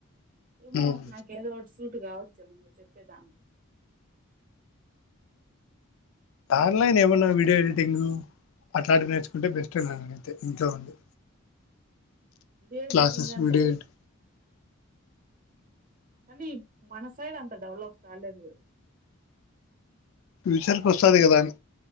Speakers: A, on the right; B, on the left.
A: ఏమో
B: ఉమ్.
A: నాకు ఏదో ఒకటి సూటు కావ్ జమ్ చెప్పే ద
B: ఆన్లైన్ ఏమన్నా వీడియో ఎడిటింగ్ అట్లాంటివి నేర్చుకుంటే బెస్ట్ నన్నడిగి తే ఇంట్లో ఉండి
A: ఏ
B: క్లాసెస్
A: ద్టింగ్ అంత
B: వీడియో ఎడి
A: అది మనసైడ్ అంత డెవలప్ కాలేజ్ పోయారు
B: ఫ్యూచర్కి వస్తది కదా అని